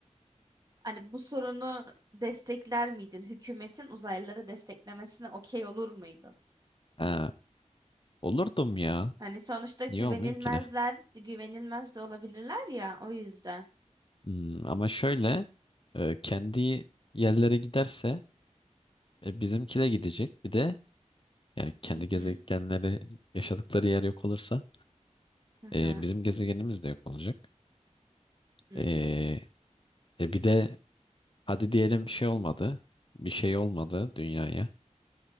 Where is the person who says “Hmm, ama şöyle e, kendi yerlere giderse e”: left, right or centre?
Left